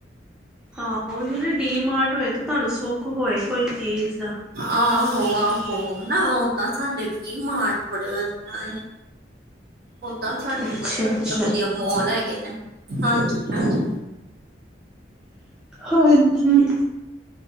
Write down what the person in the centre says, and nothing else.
ਹਾਂ ਉਹੀ ਨਾ ਡੀਮਾਰਟ ਹੋਏ ਤੇ ਤੁਹਾਨੂੰ ਸੁੱਖ ਹੋਏ ਕੋਈ ਚੀਜ਼ ਦਾ
ਅੱਛਾ
ਅੱਛਾ
ਹਾਂਜੀ,